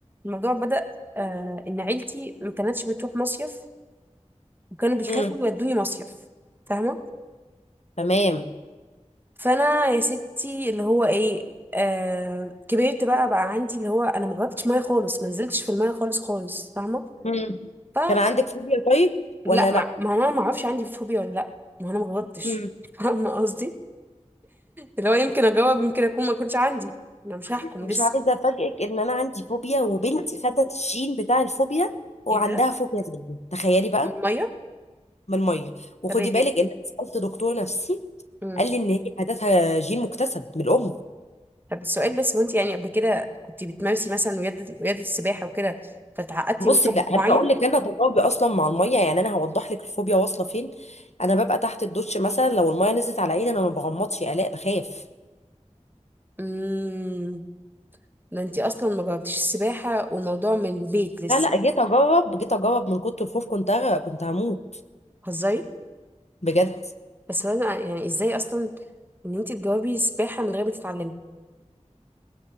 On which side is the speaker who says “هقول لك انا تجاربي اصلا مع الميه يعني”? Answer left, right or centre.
Left